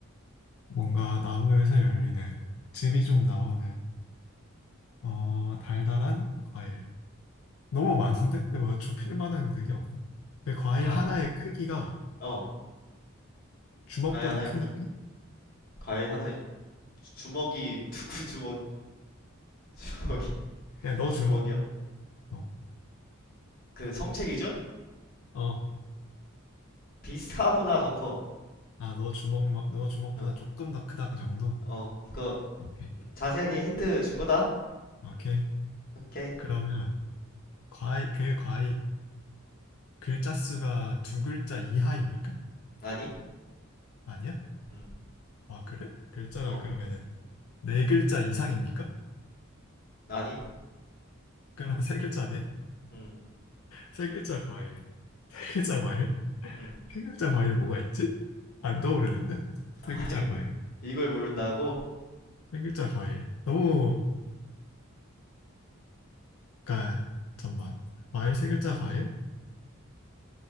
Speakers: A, on the left; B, on the left.
A: 뭔가 나무에서 열리는 즙이 좀 나오는 어 달달한 과일. 너무 많은데? 뭐 좁힐 만한 그게 없네. 그 과일
B: 아,
A: 하나의 크기가
B: 어.
A: 주먹보다
B: 과일 하나에,
A: 크니까?
B: 그, 과일 하나에, 주- 주먹이, <laughs> 누구 주먹, 주먹이,
A: 그냥 너
B: <laughs> 주먹이요?
A: 주먹. 어,
B: 그 성체 기준?
A: 어.
B: 비슷하거나 더 커.
A: 아, 너 주먹, 너 주먹보다
B: 어,
A: 조금 더 크다, 그 정도?
B: 어. 이거
A: 오케이.
B: 자세하게 힌트 준 거다?
A: 오케이.
B: 오케이.
A: 그러면, 과일, 그 과일, 글자 수가 두 글자 이하입니까?
B: 아니?
A: 아니야?
B: 음,
A: 아, 그래? 글자가
B: 어,
A: 그러면은 네 글자 이상입니까?
B: 아니?
A: 그러면 세 글자네?
B: 음,
A: 세 글자 과일. 세 글자 과일?
B: 음.
A: 세 글자 과일 뭐가 있지? 안 떠오르는데?
B: 아,
A: 세 글자 과일.
B: <laughs> 이걸 모른다고?
A: 세 글자 과일. 너무 그러니까 잠깐만. 과일 세 글자 과일?